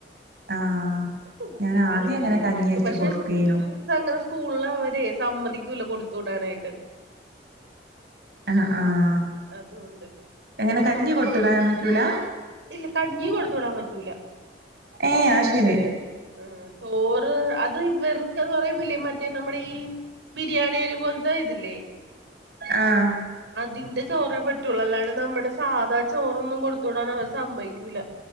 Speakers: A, on the right; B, on the right.
A: ആഹ്
B: ഫ്രൂട്ട്സ്
A: ഞാൻ
B: ഒക്കെയാണെ
A: ആദ്യം
B: പിന്നേം
A: അങ്ങനെ കഞ്ഞി
B: കഴിക്കും
A: വെച്ച്
B: പക്ഷെ
A: കൊടുക്കേനു
B: ഫ്രൂ ഫ്രൂട്ട്- സങ്ങനെ സ്കൂളില് അവരെ സമ്മതിക്കൂല്ല കൊടുത്ത് വിടാനായിട്ട്.
A: അഹ് ആഹ്.
B: അതുകൊണ്ട്
A: എങ്ങനെ കഞ്ഞി കൊടുത്തു വിടാനും പറ്റൂല.
B: ഇല്ല കഞ്ഞി കൊടുത്തു വിടാൻ പറ്റൂല
A: ഏഹ് ആഹ്ശെരി
B: ഉം ചോറ് അത് ഇവർക്കന്ന് പറയ്മ്പില്ലേ മറ്റേ നമ്മടീ ബിരിയാണിയരി പോലത്തെ ഇതില്ലേ
A: ആഹ്
B: അതിന്റെ ചോറേ പറ്റ്വൊള്ളൂ അല്ലാണ്ട് നമ്മടെ സാധാ ചോറൊന്നും കൊടുത്ത് വിടാൻ അവര് സമ്മയ്ക്കൂല